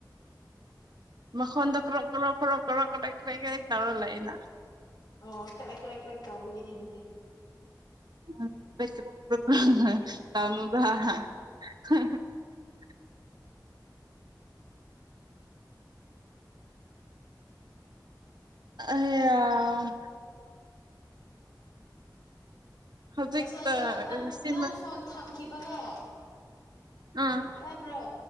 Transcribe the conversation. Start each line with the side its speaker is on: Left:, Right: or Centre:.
Right: ꯃꯈꯣꯟꯗ ꯀ꯭ꯔꯣ ꯀ꯭ꯔꯣ ꯀ꯭ꯔꯞ ꯀ꯭ꯔꯣ ꯀ꯭ꯔꯦꯛ ꯀ꯭ꯔ ꯀꯦꯛ ꯇꯧꯔꯂ ꯑꯩꯅ
Left: ꯑꯣ ꯀꯔꯛ ꯀꯂ ꯀꯂꯛ ꯀꯥꯎꯧꯕꯒꯤꯅꯦ ꯑꯗꯨꯗꯤ
Right: ꯎꯝꯃ ꯑꯌꯦ ꯍꯧꯖꯤꯛꯇ
Left: ꯉꯁꯥꯏꯗꯣ ꯅꯪ
Right: ꯁꯤꯃ
Left: ꯅꯪ ꯐꯣꯟ ꯊꯝꯈꯤꯕꯒ
Right: ꯑꯥ
Left: ꯇꯥꯕ꯭ꯔꯣ